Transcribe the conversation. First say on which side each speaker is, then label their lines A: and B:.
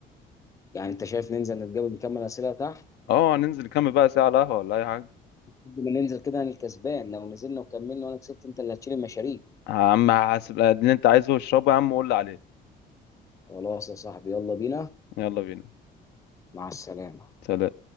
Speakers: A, on the left (about 20°); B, on the left (about 80°).
A: يعني انت شايف ننزل نتقابل نكمل اسئله تحت
B: أه ننزل نكمل بقى ساعة على القهوة ولا أي حاجة
A: لما ننزل كده انا الكسبان لو نزلنا وكملنا وانا كسبت انت اللي هتشيل المشاريع
B: يا عم حاسب اللي أنت عايزه اشربه يا عم وقول لي عليه
A: خلاص يا صاحبي يلا بينا
B: يلا بينا
A: مع السلامه
B: سلام